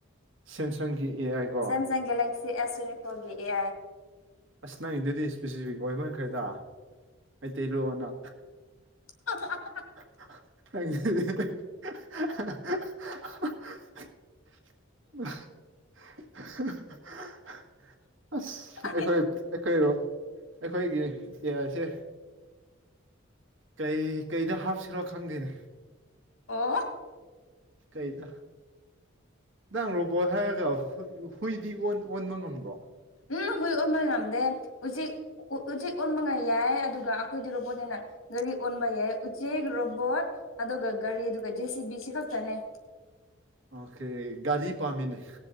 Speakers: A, on the right (about 70°); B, on the left (about 80°).
A: ꯁꯦꯝꯁꯪꯒꯤ A I ꯀꯣ
B: ꯁꯦꯝꯁꯪ ꯒꯦꯂꯦꯛꯁꯤ ꯑꯦꯁ ꯇ꯭ꯋꯦꯟꯇꯤ ꯐꯣꯔꯒꯤ ꯑꯦ ꯑꯥꯏ
A: ꯑꯁ ꯅꯪꯒꯤꯗꯨꯗꯤ ꯏ꯭ꯁꯄꯦꯁꯤꯐꯤꯛ ꯑꯣꯏꯃꯟꯈ꯭ꯔꯦꯗ ꯃꯩꯇꯩꯂꯣꯟꯅ
B: <unintelligible>
A: ꯑꯩꯗꯤꯅꯦ <unintelligible> <unintelligible> <unintelligible> ꯑꯁ
B: ꯑꯩ
A: ꯑꯩꯈꯣꯏ ꯑꯩꯈꯣꯏꯔꯣ ꯑꯩꯈꯣꯏꯒꯤ ꯇꯤꯌꯥꯏꯁꯦ ꯀꯩ ꯀꯩꯗ ꯍꯥꯞꯁꯤꯔꯣ ꯈꯪꯗꯦꯅꯦ
B: ꯑꯣ
A: ꯀꯩꯗ ꯅꯪ ꯔꯣꯕꯣꯠ ꯍꯥꯏꯔꯒ ꯍꯨꯏꯗꯤ ꯑꯣꯟ ꯑꯣꯟꯕ ꯉꯝꯕ꯭ꯔꯣ
B: ꯎꯝ ꯍꯨꯏ ꯑꯣꯟꯕ ꯉꯝꯗꯦ ꯎꯆꯦꯛ ꯎꯆꯦꯛ ꯑꯣꯟꯕ ꯌꯥꯏ ꯑꯗꯨꯒ ꯑꯩꯈꯣꯏꯗꯤ ꯔꯣꯕꯣꯠꯅꯤꯅ ꯒꯥꯔꯤ ꯑꯣꯟꯕ ꯌꯥꯏ ꯎꯆꯦꯛ ꯔꯣꯕꯣꯠ ꯑꯗꯨꯒ ꯒꯥꯔꯤ ꯑꯗꯨꯒ ꯖꯦ ꯁꯤ ꯕꯤ ꯁꯤ ꯈꯛꯇꯅꯦ <inaudible>
A: ꯑꯣꯀꯦ ꯒꯥꯔꯤ ꯄꯥꯝꯃꯤꯅꯦ